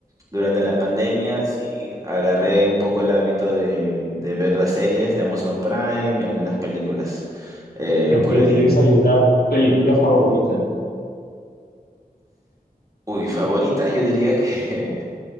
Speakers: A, on the right; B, on the left.
A: durante la pandemia sí agarré un poco el hábito de, de ver las series de Amazon Prime y algunas películas eh,
B: Ok,
A: por ahí.
B: ¿tienes alguna película favorita?
A: Uy, favorita, yo diría que